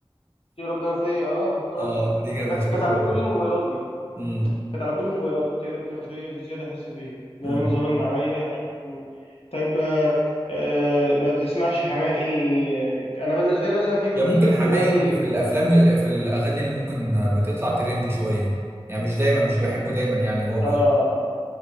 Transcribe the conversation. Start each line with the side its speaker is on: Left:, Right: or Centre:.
Left: يا ربنا فيا أه مشهورة
Right: أه
Left: أوي
Right: دي كانت
Left: كانت
Right: مشهورة
Left: كانت عند
Right: برضه
Left: كل الموبايلات دي
Right: أمم
Left: كانت على كل الموبايلات يا ربنا فيا بزيادة أحس بيا ده
Right: أمم
Left: أنا من زمان عليا يا حبيبي طيب آه، آه، ما تسمعش حماقي آه، أنا بالنسبة لي مثلا في
Right: يا ممكن
Left: في
Right: حماقي
Left: في مغني
Right: في الأفلام في الأغاني اللي ممكن آه، بتطلع ترندي شوية يعني مش دايما مش بحبه دايما يعني هو بيض
Left: آه